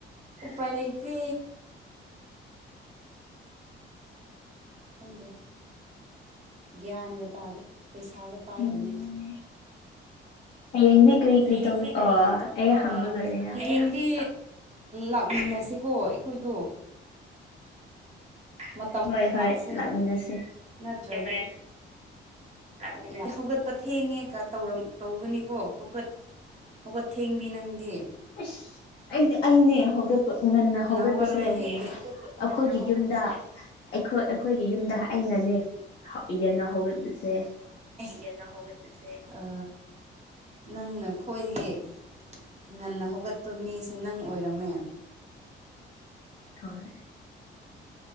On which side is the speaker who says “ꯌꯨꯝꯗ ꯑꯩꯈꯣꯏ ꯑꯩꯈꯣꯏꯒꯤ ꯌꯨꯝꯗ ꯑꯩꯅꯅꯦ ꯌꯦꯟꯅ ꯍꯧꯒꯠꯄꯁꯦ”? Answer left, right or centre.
Left